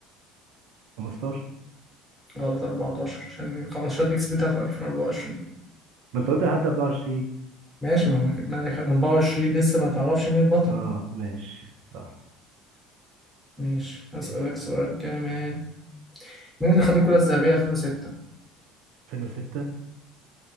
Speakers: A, on the right (about 60°); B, in the centre.
A: 15
B: غلط 14 عشان 15 دي كسبتها في 2024
A: ما انت قلت لحد 24
B: ماشي ما هم كان ما كان 24 لسه ما تعرفش مين البطل
A: اه ماشي صح
B: ماشي هسألك
A: اسأل.
B: سؤال كمان مين اللي خد الكرة الذهبية 2006
A: 2006